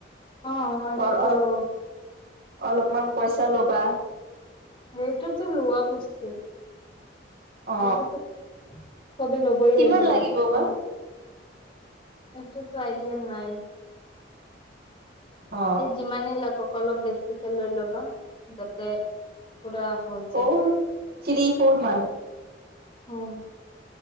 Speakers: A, on the left (about 30°); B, on the right (about 60°).
A: অ', অ', এইটো
B: অলপ
A: তোলো।
B: অলপমান পইচা ল'বা।
A: এইটোতো লোৱা বস্তু,
B: অ
A: এইটোতো সবু ল'বই
B: কিমান
A: লাগিব
B: বা
A: ন'। এইটোতো আইডিয়া নাই।
B: অ
A: সেই যিমানেই লাগক অলপ বেছিকে লৈ ল'বা যাতে পুৰা হৈ
B: ফ'ৰ
A: যায়,
B: থ্ৰী ফ'ৰ মান
A: উম।